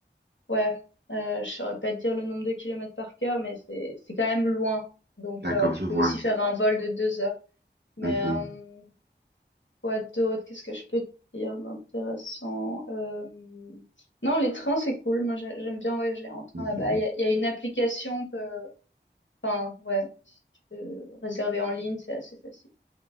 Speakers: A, on the left; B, on the right.
A: ouais, euh, je saurais pas te dire le nombre de kilomètres par cœur, mais c'est c'est quand même loin. Donc,
B: d'accord,
A: euh, tu
B: je
A: peux
B: vois.
A: aussi faire un vol de deux heures. Mais
B: Mhm,
A: euh, quoi d'autre? Qu'est-ce que je peux te dire d'intéressant? Euh, Non, les trains, c'est cool. Moi, j'ai- j'aime bien voyager en train
B: mhm.
A: là-bas. Il y a, il y a une application que Enfin, ouais, si tu peux réserver en ligne, c'est assez facile.